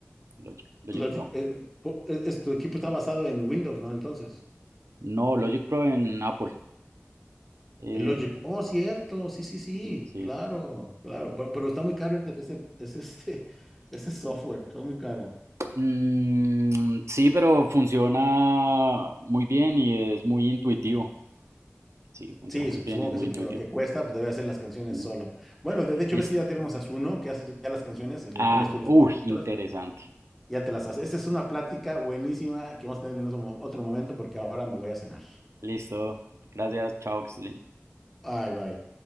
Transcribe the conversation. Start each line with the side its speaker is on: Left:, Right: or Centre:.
Right: Logic, Logic
Centre: Logic,
Right: Pro.
Centre: eh, por- es- es- tu equipo está basado en Windows, ¿no? Entonces,
Right: No, Logic Pro en Apple. eh,
Centre: el Logic. Oh, cierto, sí, sí, sí,
Right: sí.
Centre: claro, claro. Pero, pero está muy caro ese, ese, ese, este, <laughs> ese software, está muy caro.
Right: Mm, sí, pero funciona muy bien y es muy intuitivo. Sí, funciona
Centre: Sí,
Right: muy
Centre: sup-
Right: bien,
Centre: supongo
Right: es
Centre: que
Right: muy
Centre: sí, para
Right: intuitivo.
Centre: lo que cuesta, pues debe hacer las canciones
Right: Ujú.
Centre: solo. Bueno, de, de hecho,
Right: Listo.
Centre: ves que ya tenemos a Zuno, que hace ya ya las canciones, eh, le
Right: Ah,
Centre: pones tú los
Right: uy, interesante.
Centre: letras, y ya te las hace. Esa es una plática buenísima que vamos a tener en otro mo- otro momento, porque ahora me voy a cenar.
Right: Listo. Gracias. Chao, que estés bien.
Centre: Bye bye.